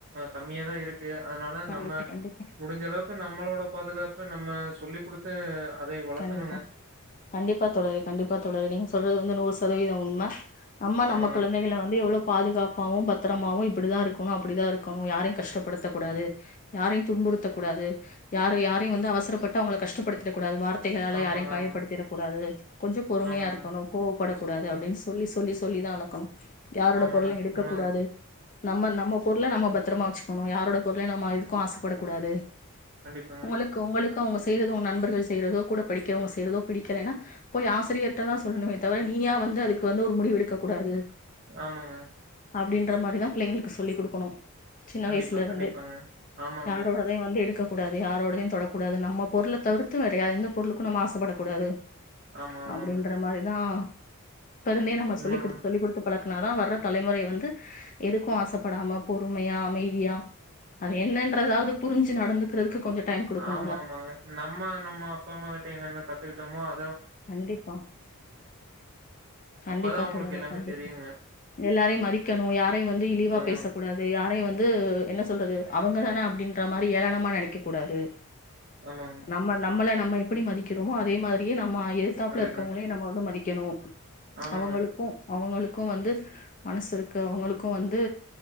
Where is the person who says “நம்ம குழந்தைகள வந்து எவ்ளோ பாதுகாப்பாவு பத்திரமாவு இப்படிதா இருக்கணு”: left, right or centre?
Left